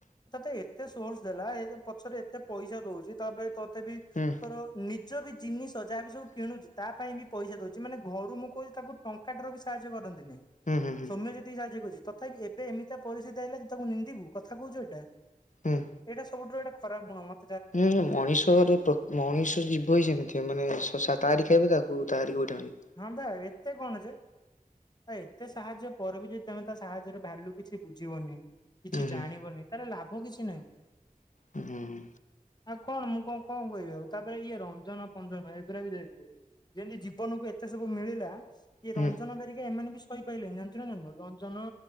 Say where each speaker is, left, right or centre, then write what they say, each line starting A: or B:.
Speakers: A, on the left (about 30°); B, on the left (about 60°).
A: ତତେ ଏତେ ସୋର୍ସ ଦେଲା ଏ ତ ପଛରେ ଏତେ ପଇସା ଦଉଚି ତା ପରେ ତତେ ବି
B: ହୁଁ ହୁଁ
A: ତାର ନିଜ ବି ଜିନିଷ ଯାହା ବିି ସବୁ କିଣୁଚୁ ତା ପାଇଁ ବି ପଇସା ଦଉଚି ମାନେ ଘରୁ ମୁଁ କହୁଚି ତାକୁ ଟଙ୍କାଟା ର ବି ସାହାଯ୍ୟ କରନ୍ତି ନି।
B: ଉୁଁ ହୁଁ ହୁଁ
A: ସୋମ୍ୟ ଯେତିକି ସାହାଯ୍ୟ କରୁଚି ତଥାପି ଏବେ ଏମିତି ତା ପରିସ୍ଥିତି ଆଇିଲାଣି ତାକୁ ନିିନ୍ଦିବୁ କଥା କଉଚୁ ଏଇଟା।
B: ହୁଁ।
A: ଏଇଟା ସବୁଠୁରୁ ଏଟା ଖରାପ ଗୁଣ ମ
B: ହୁଁ ମଣିଷରେ ପ୍ର ମଣିଷ ଯିବ ହି ସେମିତିଆ ମାନେ ଶ ସା ତାରି ଖାଇବ ତାକୁ ତାରି ଗୋଇଠାମାରିବ।
A: ହଁ ବା ଏତେ କଣ ଜେ। ଆ ଏତେ ସାହାଯ୍ୟ ପରେ ବି ଯଦି ତମେ ତା ସାହାଯ୍ୟର ଭାଲ୍ୟୁ କିଛି ବୁଝିବନି। କିଛି
B: ହୁଁ
A: ଜାଣିବନି
B: ହୁଁ
A: ତାଲେ ଲାଭ କିଛି ନାହିଁ।
B: ହୁଁ ହୁଁ ହୁଁ
A: ଆଉ କଣ ମୁଁ କଁ କଁ କହିବି ଆଉ ତାପରେ ଇଏ ରଞ୍ଜନ ଫଞ୍ଜନ ଏଗୁରାବି ଦେଖେ ଯେମତି ଜୀବନକୁ ଏତେ ସବୁ ମିଳିଲା ଇଏ
B: ହୁଁ
A: ରଞ୍ଜନ
B: ହୁଁ।
A: ହେରିକା ଏମାନେ ବି ସ କହିପାଇଲେନି ଜାଣିଚୁ ନା ଜାଣିନୁ ରଞ୍ଜନ